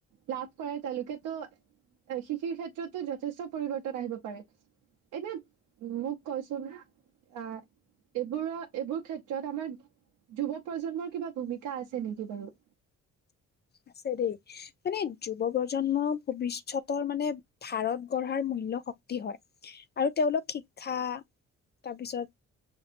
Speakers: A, on the right (about 80°); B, on the left (about 35°).
A: লাভ কৰে, তেওঁলোকেতো শৃষিৰ ক্ষেত্ৰতো যথেষ্ট পৰিৱৰ্তন আহিব পাৰে। এতিয়া মোক কচোন। আহ' এইবোৰ-এইবোৰ ক্ষেত্ৰত আমাৰ যুৱ প্ৰজন্মৰ কিবা ভূমিকা আছে নেকি বাৰু?
B: আছে দেই, মানে যুৱ প্ৰজন্মৰ ভবিষ্যতৰ মানে ভাৰত গঢ়াৰ মূল্য শক্তি হয়, আৰু তেওঁলোক শিক্ষা তাৰপিছত,